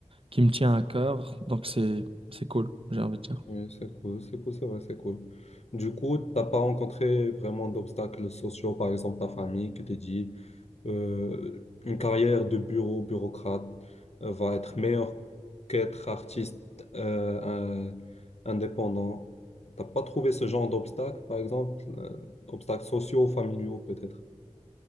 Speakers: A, on the right (about 50°); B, on the left (about 60°).
A: qui me tient à cœur, donc c'est, c'est cool, j'ai envie de dire.
B: Oui, c'est cool, c'est cool, c'est vrai, c'est cool. Du coup, t'as pas rencontré vraiment d'obstacles sociaux, par exemple ta famille qui te dit euh, une carrière de bureau, bureaucrate euh, va être meilleure qu'être artiste euh, un- indépendant. T'as pas trouvé ce genre d'obstacles, par exemple, euh, obstacles sociaux, familiaux peut-être?